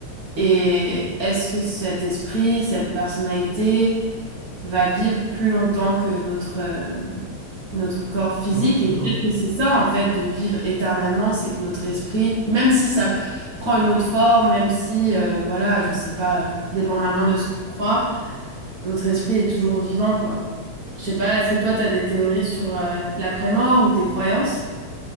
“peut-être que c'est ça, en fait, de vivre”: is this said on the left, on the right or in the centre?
Right